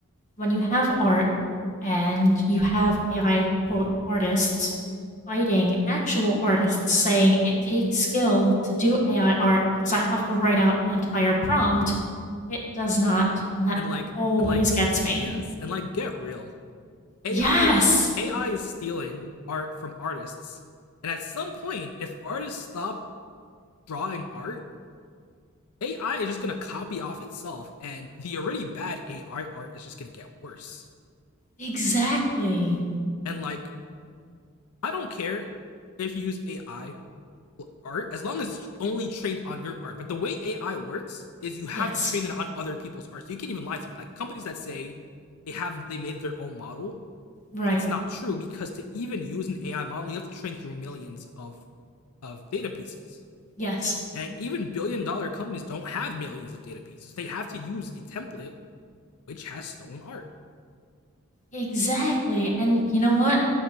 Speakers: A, on the left (about 35°); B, on the left (about 80°).
A: when you have art and you have AI quote artists fighting actual artists saying it takes skill to do AI art because I have to write out an entire prompt. It does not, and that
B: And like
A: always
B: and like
A: gets me.
B: yes, and like get real. AI
A: Yes,
B: is AI is stealing art from artists. And at some point, if artists stop drawing art, AI is just going to copy off itself and the already bad AI art is just going to get worse.
A: exactly.
B: And like I don't care if you use AI art as long as it's only trained on your art. But the way AI works is you have
A: Yes,
B: to train it on other people's art. So you can't even lie to me. Like companies that say they have they made their own model,
A: right.
B: it's not true because to even use an AI model, you have to train through millions of of data pieces.
A: Yes,
B: And even billion dollar companies don't have millions of data pieces. They have to use a template which has stolen art.
A: exactly. And you know what?